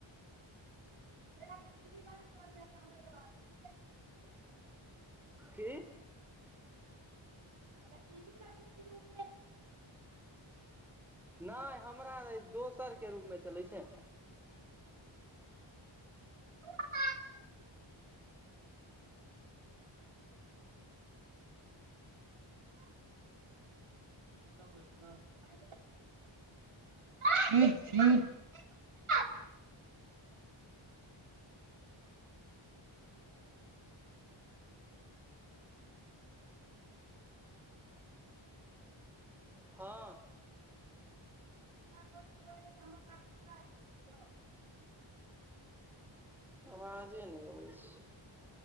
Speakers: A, on the right; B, in the centre.
A: भैया कनि टीवी बन्द कऽ देबै एखन हमरे सँ बात करथिन
B: कि
A: एखन टीवी लागै छै रूममे
B: नहि हमरा नै दोसरके रूममे चलै छै
A: <unintelligible> <unintelligible> <unintelligible>
B: हँ
A: एना अबेर कऽ केँ एबै तऽ हमर काज केना हेतै यौ
B: अवाजे नहि अबै छै